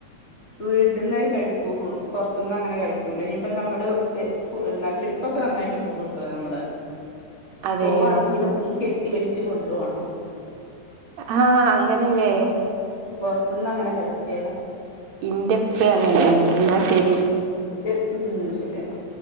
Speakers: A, on the left; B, on the right.
A: വീട്ട്ന്നേ കഴിക്കൂ ഫു പൊർത്ത് ന്നങ്ങനെ കഴിക്കൂല്ല ഞ്ഞിപ്പ നമ്മള് ഹെ ഫുൾ ന്നാ ട്രിപ്പൊക്കെ നന്നായിട്ട് പോവുട്ടോ നമ്മള്
B: അതെയോ
A: പോവാണെങ്കിലും ഈ കെട്ടി വലിച്ച് കൊണ്ട് പോണം
B: ആഹ് അങ്ങനലേ
A: പൊർത്ത് ന്നങ്ങനെ കഴിക്കേല
B: ഇൻ്റപ്പേ അങ്ങൻ തന്നേണ് എന്നാ ശെരി
A: എ ഉം ശെരി എന്നാ